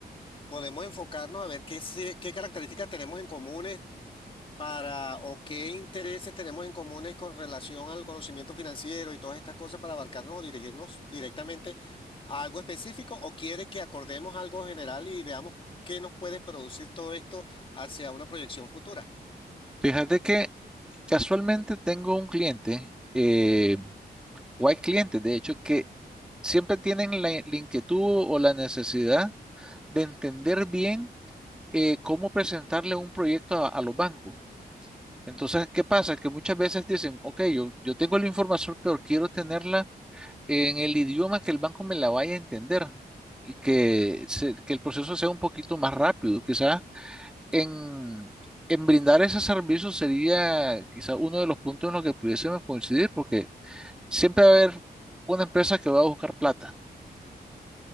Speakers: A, on the left (about 30°); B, in the centre.
A: podemos enfocarnos a ver qué, se- qué características tenemos en común para o qué intereses tenemos en comunes con relación al conocimiento financiero y todas estas cosas para abarcarnos o dirigirnos directamente a algo específico o quiere que acordemos algo general y veamos qué nos puede producir todo esto hacia una proyección futura.
B: Fíjate que casualmente tengo un cliente, eh, o hay clientes, de hecho, que siempre tienen la, la inquietud o la necesidad de entender bien eh, cómo presentarle un proyecto a, a los bancos. Entonces, ¿qué pasa? Que muchas veces dicen, ok, yo, yo tengo la información, pero quiero tenerla en el idioma que el banco me la vaya a entender y que, se- que el proceso sea un poquito más rápido. Quizás en, en brindar ese servicio sería quizás uno de los puntos en los que pudiésemos coincidir, porque siempre va a haber una empresa que va a buscar plata.